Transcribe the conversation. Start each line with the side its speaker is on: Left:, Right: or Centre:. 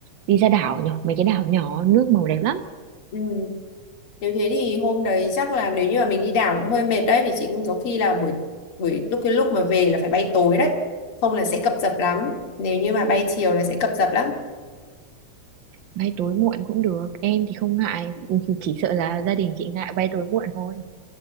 Right: đi ra đảo nhỏ mấy cái đảo nhỏ nước màu đẹp lắm
Left: ừ. nếu thế thì hôm đấy chắc là nếu như mà mình đi đảo cũng hơi mệt đấy thì chị cũng có khi là buổi buổi lúc cái lúc mà về là phải bay tối đấy không là sẽ cập dập lắm nếu như mà bay chiều là sẽ cập dập lắm
Right: bay tối muộn cũng được em thì không ngại <laughs> chỉ sợ là gia đình chị ngại bay tối muộn thôi